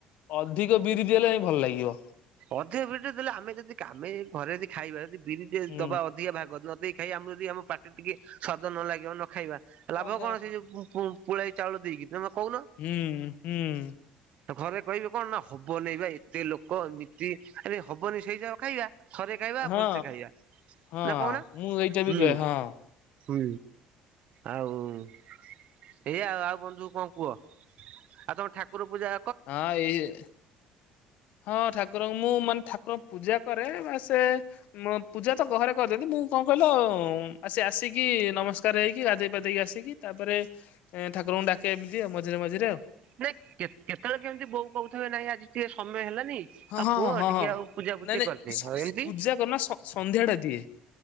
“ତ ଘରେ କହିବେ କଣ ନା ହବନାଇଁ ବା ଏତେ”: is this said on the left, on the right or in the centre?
Right